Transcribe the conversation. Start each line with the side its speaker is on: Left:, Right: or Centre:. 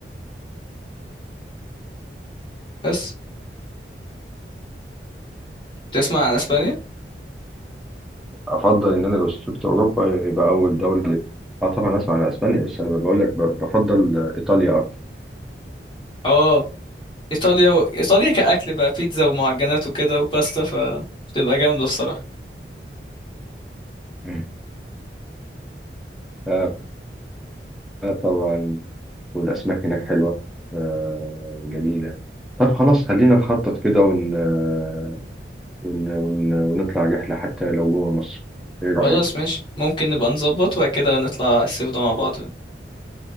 Left: بس تسمع عن اسبانيا
Centre: افضل ان انا لو سافرت اوروبا يبقى اول دولة اه طبعا اسمع عن اسبانيا بس انا بقول لك ب- بفضل آه، ايطاليا اكتر
Left: اه ايطاليا و... ايطاليا كاكل بقى بيتزا ومعجنات وكده وباستا فتبقى جامدة الصراحة
Centre: مم. آه آه، طبعا والاسماك هناك حلوه آه جميله طب خلاص خلينا نخطط كده ون... آه، ون... ون... ونطلع رحله حتى لو جوه مصر ايه
Left: خلاص
Centre: رايك
Left: ماشي ممكن نبقى نظبط وبعد كده نطلع الصيف ده مع بعض